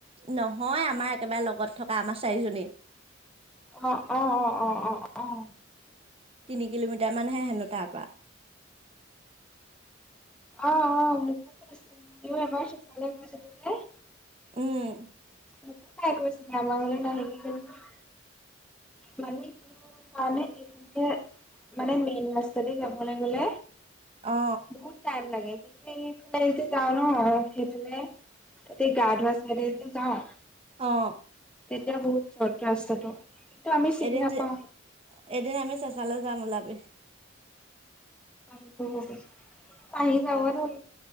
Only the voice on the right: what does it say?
নহয় আমাৰ একেবায়ে লগত থকা আমাৰ চাৰিজনী
তিনি কিলোমিটাৰ মানহে হেনো তাৰপা
উম
অ
অ
এদিন
যে এদিন আমি চেচালে যাম ওলাবি